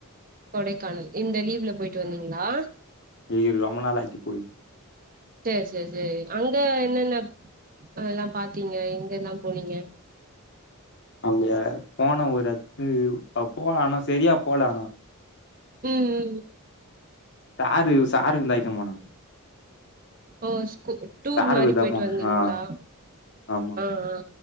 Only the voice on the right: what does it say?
கொடைக்கானல் இந்த லீவ்ல போய்ட்டு வந்தீங்ளா
சேர் சேர் சேரி அங்க என்னன்ன அ எல்லா பாத்தீங்க எங்கெல்லா போனீங்க
ம் ம்
ஓ ஸ்கூ டூர்
மாரி
போய்ட்டு
வந்தீங்ளா
ஆ ஆ